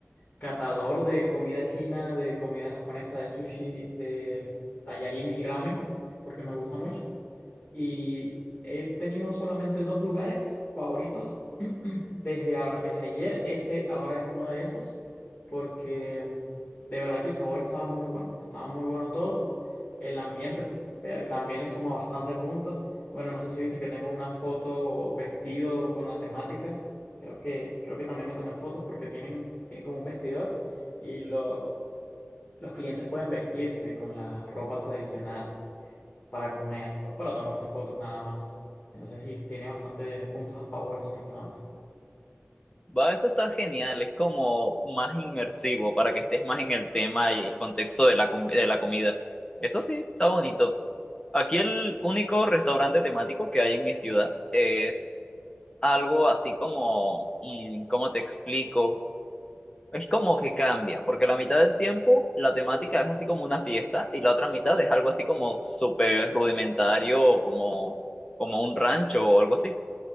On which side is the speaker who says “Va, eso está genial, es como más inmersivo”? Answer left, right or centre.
Left